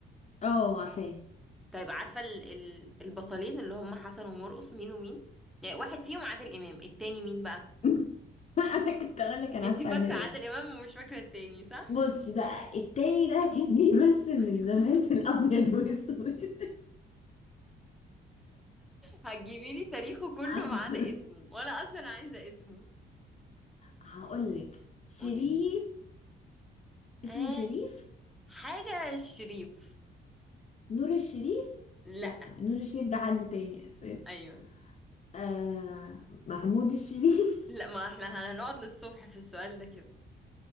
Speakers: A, on the left; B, in the centre.
A: <laughs> اه عارفاه
B: طيب عارفه ال ال البطلين اللي هم حسن ومرقص مين ومين يعني واحد فيهم عادل امام التاني مين بقى
A: <laughs> انا كنت اقول لك انا
B: انت
A: عارفه
B: فاكره
A: عادل
B: عادل
A: امام
B: امام ومش فاكره التاني صح
A: بص بقى التاني ده كان بيمثل
B: <laughs>
A: من زمان في الابيض والاسود
B: هتجيبي لي تاريخه كله
A: <laughs>
B: ما عدا اسمه وانا اصلا عايزه اسمه
A: هقول لك شريف
B: قولي لي
A: اسمه
B: آه
A: شريف
B: حاجه شريف
A: نور الشريف
B: لا
A: لا نور الشريف ده حد تاني اساسا
B: ايوه
A: آه محمود الشريف
B: لا ما احنا هنقعد للصبح في السؤال ده كده